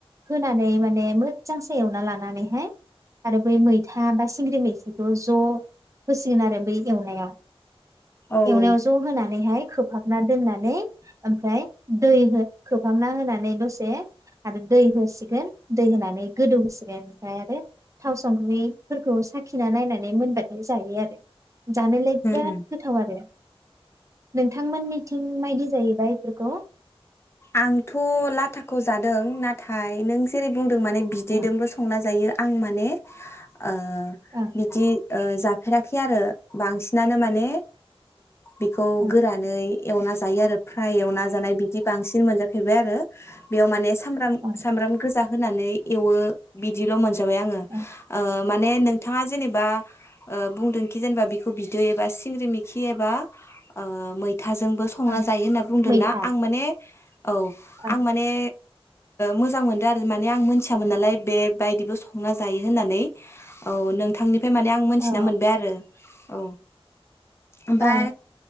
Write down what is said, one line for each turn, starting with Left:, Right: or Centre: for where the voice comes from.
Right: होनानै माने मोजांसे एवना लानानैहाय आरो बै मै था बा सिंग्रि मैखिखौ ज' होसिगोन आरो बै एवनायाव
Left: औ
Right: एवनायाव ज' होनानैहाय खोबहाबना दोननानै ओमफ्राय दै खोबहामना होनानै दसे आरो दै होसिगोन दै होनानै गोदौ होसिगोन ओमफ्राय आरो थाव संख्रि फोरखौ साखिना नायनानै मोनबाय जायो आरो जानायलाय बिराद
Left: औ
Right: गोथाव आरो नोंथांमोननिथिं मायदि जायोैबाया बेफोरखौ
Left: आंथ लाथाखौ जादों नाथाय नों जेरै बुं माने बिदैदोंबो
Right: ओं
Left: संना जायो आं माने ओ
Right: ओं
Left: बिदि ओ जाफेराखै आरो बांसिनानो माने बेखौ
Right: ओं
Left: गोरानै एवना जायो आरो फ्राय एवना जानाय बि बांसिन मोन हैैबाय आरो बेयाव माने सामब्राम
Right: ओं
Left: सामब्राम गोजा होनानै एवो बिदिल मोनसे जाबाय आंङो
Right: ओं
Left: ओ माने नोंथाङा जेनेबा बुंदोंखि जेनेबा बिखौ बिदै एबा सिंग्रि मिखि एबा ओ मै थाजोंबो संना
Right: ओं
Left: जायो होनना बुंदोंना
Right: मैथा
Left: आं - <unintelligible> औ
Right: ओं
Left: आं माने मोजां मोनदों आरो माने आं मोनथियामोन नालाय बे बायदिबो संना जायो होननानै औ नोंथांनि ओमफाय माने आं मोनथिना
Right: औ
Left: मोनबाय आरो औ ओमफाय
Right: औ